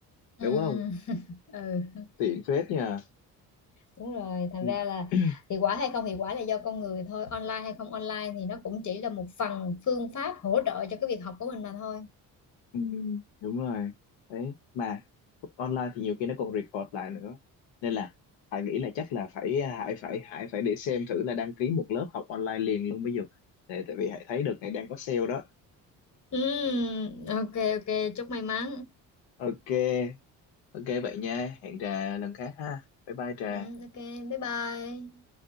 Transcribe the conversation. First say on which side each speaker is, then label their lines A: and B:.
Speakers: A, on the left; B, on the left.
A: ừ,
B: đúng không
A: ừ. Ừ.
B: tiện phết nha
A: Đúng rồi, thành
B: Ừ.
A: ra là
B: <clears throat>
A: hiệu quả hay không hiệu quả là do con người thôi, online hay không online thì nó cũng chỉ là một phần phương pháp hỗ trợ cho cái việc học của mình mà thôi.
B: Ừ, đúng rồi đấy mà online thì nhiều khi nó còn record lại nữa nên là Hải nghĩ là chắc là phải Hải phải Hải phải để xem thử là đăng ký một lớp học online liền luôn bây giờ tại tại vì Hải thấy đợt này đang có sale đó
A: Ừ, ok ok, chúc may mắn.
B: ok ok vậy nha hẹn trà lần khác ha bye bye trà
A: Ừ, ok, bye bye.